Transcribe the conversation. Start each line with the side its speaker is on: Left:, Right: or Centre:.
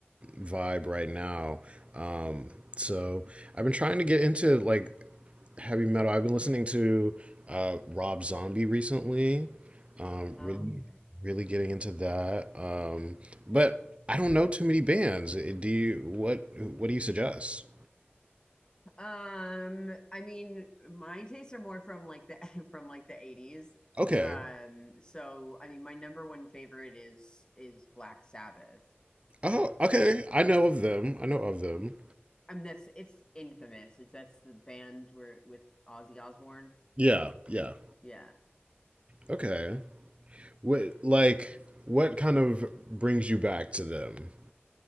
Right: vibe right now. Um, so I've been trying to get into like heavy metal. I've been listening to uh, Rob Zombie recently. Um,
Left: Oh,
Right: really,
Left: okay.
Right: really getting into that. Um, but I don't know too many bands. Do you? What What do you suggest?
Left: Um, I mean, my tastes are more from like the <laughs> from like the 80s.
Right: Okay.
Left: Um, so I mean, my number one favorite is is Black Sabbath.
Right: Oh, okay. I know of them. I know of them.
Left: I mean, that's it's infamous. It's that's the band where with Ozzy Osbourne.
Right: Yeah, yeah.
Left: Yeah.
Right: Okay. What like what kind of brings you back to them?